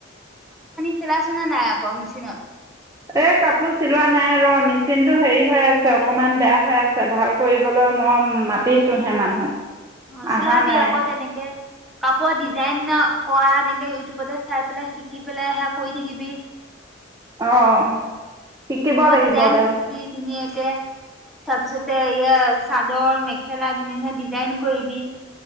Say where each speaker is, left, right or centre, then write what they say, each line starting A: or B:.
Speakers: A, in the centre; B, on the right.
A: চিলা চনাা নাই আকৌ মেচিনত।
B: এ কাপোৰ চিলোৱা নাই ৰ মেচিনতটো হেৰি হৈ আছে অকমান বেয়া হৈ আছে ভাল কৰিবলৈ মই মাতিছোহে মানুহ
A: অ চিলাইাব
B: আহা নাই
A: আকৌ তেনেকে কাপোৰ ডিজাইন কৰা এনেকে ইউটিউবতে চাই পেলাই শিকি পেলাই সে কৰি থাকিবি
B: আহ শিকিব লাগিব
A: ডিজাইন
B: দে
A: কৰিবি ধুনীয়াকে তাৰপিছতে এয়া চাদৰ মেখেলা ধুন ধুীয়া ডিজাইন কৰিবি।